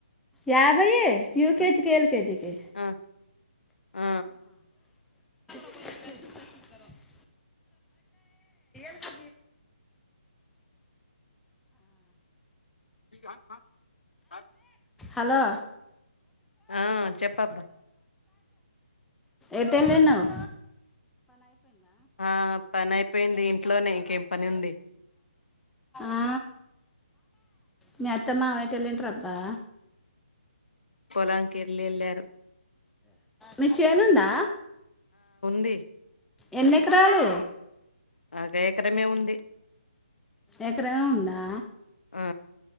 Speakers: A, in the centre; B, on the left.
A: యాభై యూకెజికి
B: ఆ
A: ఎల్ కేెజికి
B: ఆ ఆ
A: <inaudible> ప్చ్
B: <inaudible>
A: హలో
B: ఆ చెప్పబ్బా
A: ఎటెల్లినవ్
B: ఆ పని అయిపోయింది ఇంట్లోనే ఇంకేం పని ఉంది
A: ఆ మీ అత్త మామ ఎటెళ్ళంట్ర అబ్బా
B: పొలాని కి వెళ్ళెళ్లారు
A: మీకు చేనుందా
B: ఉంది
A: ఎన్ని ఎకరాలు
B: అదే ఎకరమే ఉంది
A: ఎకరమే ఉందా
B: ఆ